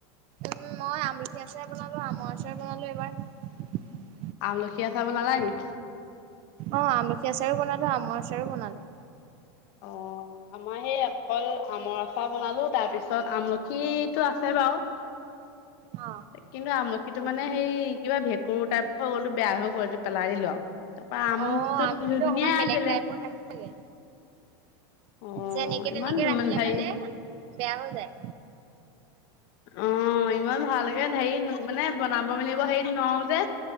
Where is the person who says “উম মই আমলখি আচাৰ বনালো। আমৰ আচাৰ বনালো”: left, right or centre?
Right